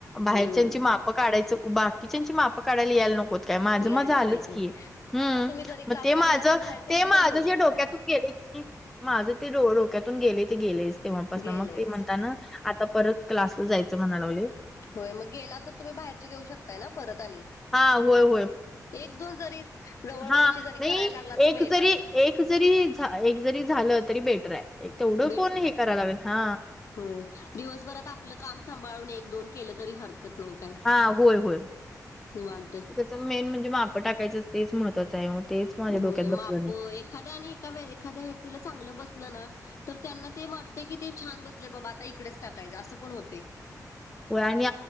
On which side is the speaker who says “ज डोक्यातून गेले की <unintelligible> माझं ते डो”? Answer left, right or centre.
Centre